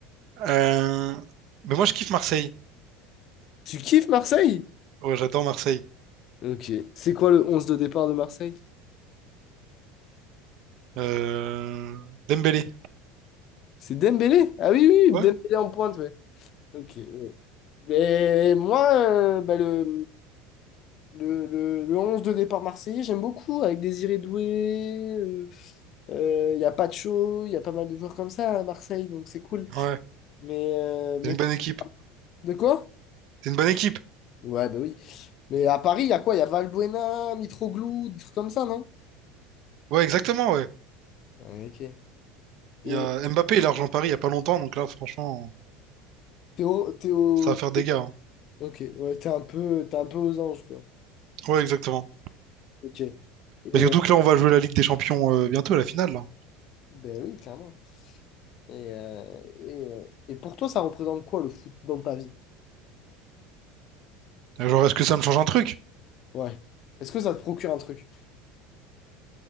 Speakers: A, on the right; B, on the left.
A: Euh... Mais moi, je kiffe Marseille.
B: Tu kiffes Marseille?
A: Ouais, j'adore Marseille.
B: Ok. C'est quoi le onze de départ de Marseille?
A: Euh... Dembélé.
B: C'est Dembélé? Ah oui, oui, oui,
A: Ouais.
B: Dembélé en pointe, ouais. Ok, ouais. Mais moi, euh, bah, le, le, le, le 11 de départ marseillais, j'aime beaucoup, avec Désiré Doué, euh, euh, il y a Pacho, il y a pas mal de joueurs comme ça à Marseille, donc c'est cool.
A: Ouais.
B: Mais, euh, mais
A: C'est une bonne équipe.
B: de quoi?
A: C'est une bonne équipe.
B: Ouais, bah oui. Mais à Paris, il y a quoi? Il y a Valbuena, Mitroglou, des trucs comme ça, non?
A: Ouais, exactement, ouais.
B: Ouais, Ok. Et
A: Il y a Mbappé, il a rejoint Paris il y a pas longtemps, donc là, franchement,
B: Théo, Théo...
A: ça va faire des gars. hein.
B: Ok, ouais, t'es un peu, t'es un peu aux anges, quoi.
A: Ouais, exactement.
B: Ok. Et,
A: Mais surtout
B: euh,
A: que là, on va jouer la Ligue des Champions euh, bientôt, la finale. là.
B: ben oui, clairement. Et, euh, et, euh, et pour toi, ça représente quoi, le foot dans ta vie?
A: Euh, Genre, est-ce que ça me change un truc?
B: Ouais. Est-ce que ça te procure un truc?